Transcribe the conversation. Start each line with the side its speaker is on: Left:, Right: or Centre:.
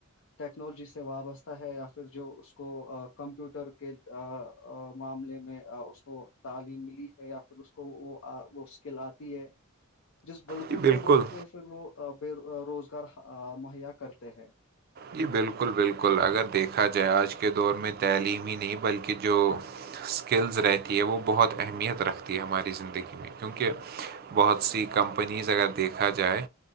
Left: ٹیکنالوجی سے وابستہ ہے یا پھر جو اس کو کمپیوٹر کے معاملے میں اس کو تعلیم ملی ہے یا پھر اس کو وہ وہ اسکل آتی ہے <inaudible> جس بلگوتے
Right: جی بالکل
Left: و پہ پھر وہ بے روزگار مہیا کرتے ہیں
Right: جی بالکل بالکل اگر دیکھا جائے آج کے دور میں تعلیمی ہی نہیں بلکہ جو اسکلز رہتی ہے وہ بہت اہمیت رکھتی ہے ہماری زندگی میں کیونکہ بہت سی کمپنیز اگر دیکھا جائے